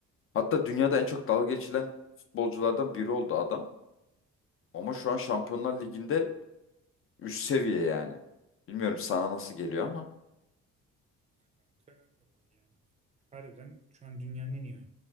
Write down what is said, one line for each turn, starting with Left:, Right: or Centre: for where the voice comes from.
Left: Hatta dünyada en çok dalga geçilen futbolculardan biri oldu adam. Ama şu an Şampiyonlar Ligi'nde üst seviye yani. Bilmiyorum sana nasıl geliyor ama.
Right: Kanka e, yani harbiden şu an dünyanın en iyi oyunu